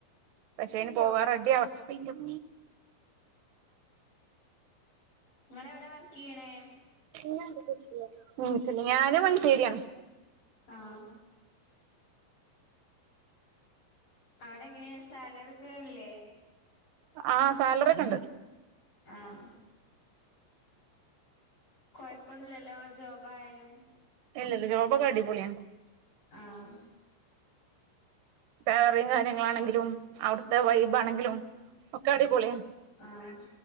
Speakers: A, on the right; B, on the left.
A: പക്ഷെ അയിന് പോവാ റെഡിയ ആവണം.
B: ഇങ്ങള് എവിടെ വർക്ക് ചെയ്യണേ?
A: <unintelligible> ഞാന് മഞ്ചേരിയാണ്.
B: ആഹ അവിടെ എങ്ങനെ സാലറി ഒക്കെല്ലേ?
A: ആഹ സാലറി ഒക്കെണ്ട്.
B: ആഹ കൊഴപൊന്നില്ലല്ലോ ജോബ് ആയാലും?
A: ഇല്ല ഇല്ല ജോബൊക്കെ അടിപൊളിയാണ്.
B: ആഹ
A: വേറെ കാര്യങ്ങളാണെങ്കിലും അവിടുത്തെ വൈബ് ആണെങ്കിലും ഒക്കെ അടിപൊളിയ.
B: ആഹ